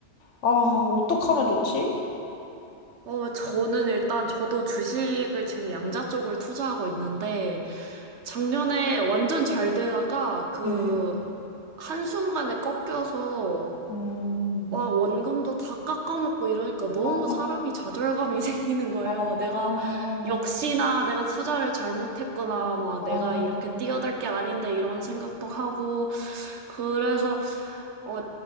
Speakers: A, on the left; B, on the right.
A: 아, 어떡하면 좋지?
B: 어, 저는 일단 저도 주식을 지금 양자 쪽을 투자하고 있는데, 작년에 완전 잘 되다가 그
A: 예.
B: 한순간에 꺾여서
A: 음,
B: 와, 원금도 다 깎아먹고 이러니까 너무
A: 아,
B: 사람이 좌절감이 <laughs> 생기는 거예요.
A: 아,
B: 내가 역시나 내가 투자를 잘못했구나. 막
A: 아,
B: 내가 이렇게 뛰어들 게 아닌데 이런 생각도 하고 그래서 어